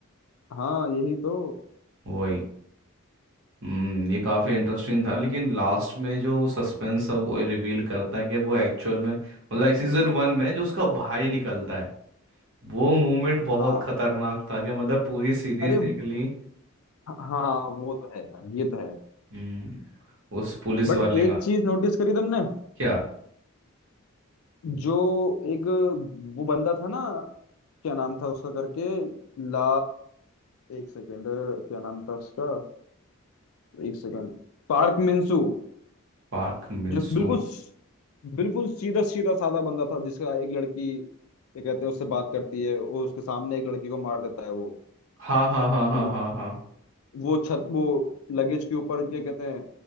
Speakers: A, on the left; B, on the right.
A: हाँ यही तो
B: वही हम्म ये काफ़ी इंटरेस्टिंग था लेकिन लास्ट में जो सस्पेंस है वो रिवील करता है कि वो एक्चुअल में मतलब सीजन वन में जो उसका भाई निकलता है वो मोमेंट बहुत
A: हाँ
B: खतरनाक था कि मतलब पूरी सीरीज
A: अरे
B: देख ली
A: हाँ वो तो है यार ये तो है
B: हम्म उस पुलिस
A: बट
B: वाले
A: एक
B: का
A: चीज नोटिस करी तुमने
B: क्या
A: जो एक वो बंदा था ना क्या नाम था उसका करके ला एक सेकेंड क्या नाम था उसका एक सेकेंड Park Minsu
B: Park Minsu
A: जो बिल्कुल बिल्कुल सीधा सीधा साधा बंदा था जिसका एक लड़की क्या कहते हैं उससे बात करती है और उसके सामने एक लड़की को मार देता है वो
B: हाँ हाँ हाँ हाँ
A: जो-
B: हाँ हाँ
A: वो छत वो लगेज के ऊपर क्या कहते हैं